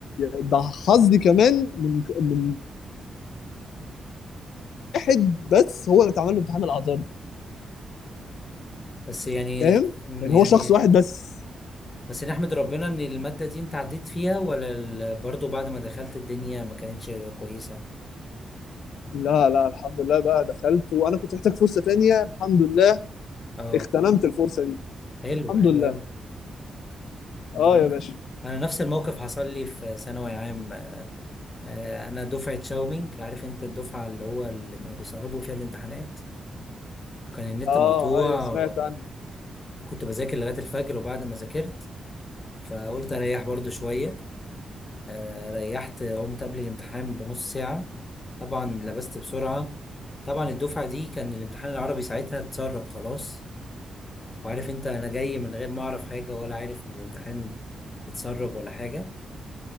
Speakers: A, on the left; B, on the left.
A: ده حظي كمان من من واحد بس هو اللي اتعمل له امتحان الاعذار
B: بس يعني
A: فاهم
B: إن- يعني
A: يعني هو شخص واحد بس
B: بس نحمد ربنا ان المادة دي انت عديت فيها ولا ال- برضو بعد ما دخلت الدنيا ما كانتش كويسة
A: لا لا الحمد لله بقى دخلت وانا كنت محتاج فرصة تانية الحمد لله
B: اه
A: اغتنمت الفرصة دي
B: حلو
A: الحمد
B: حلو
A: لله
B: قوي الحمد
A: اه
B: لله
A: يا
B: انا
A: باشا
B: أنا نفس الموقف حصل لي في ثانوي عام آه، آه، انا دفعة شاومينج عارف انت الدفعة اللي هو اللي كانوا بيسربوا فيها الامتحانات كان النت
A: اه
B: مقطوع
A: ايوه سمعت عنه
B: وكنت بذاكر لغاية الفجر وبعد ما ذاكرت فقلت اريح برضو شوية آه، ريحت قمت قبل الامتحان بنص ساعة طبعا لبست بسرعة طبعا الدفعة دي كان الامتحان العربي ساعتها اتسرب خلاص وعارف انت انا جاي من غير ما اعرف حاجة ولا عارف ان الامتحان اتسرب ولا حاجة